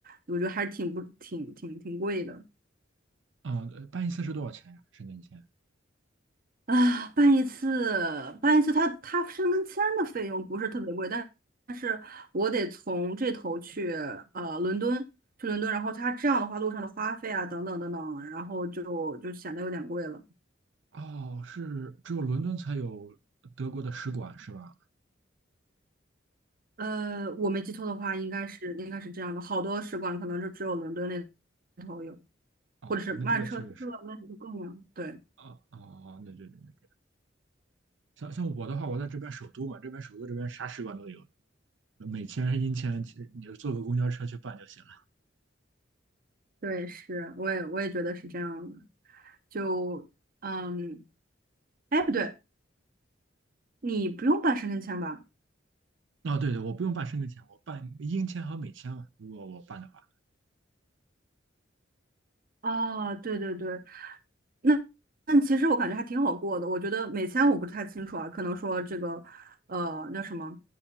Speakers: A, on the right; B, on the right.
A: 我觉得还是挺不挺挺挺贵的。
B: <laughs> 啊？呃办一次是多少钱呀、申根签？
A: 啊，办一次，办一次它，它申根签的费用不是特别贵，但但是我得从这头去呃伦敦，去伦敦，然后它这样的话，路上的花费啊，等等等等，然后就就显得有点贵了。
B: 哦，是只有伦敦才有德国的使馆是吧？
A: 呃，我没记错的话，应该是应该是这样的，好多使馆可能是只有伦敦那头有，
B: 哦，
A: 或者是曼彻斯特，
B: 那这个确实是，
A: 那里就更远。对
B: 啊哦，那对对对对，像像我的话，我在这边首都嘛，这边首都这边啥使馆都有，美签、英签，其实你就坐个公交车去办就行了。
A: 对，是，我也我也觉得是这样的。就嗯，哎，不对，你不用办申根签吧？
B: 啊、对对，我不用办申根签，我办英签和美签嘛，如果我办的话。
A: 哦，对对对，那那其实我感觉还挺好过的。我觉得美签我不太清楚啊，可能说这个，呃，那什么，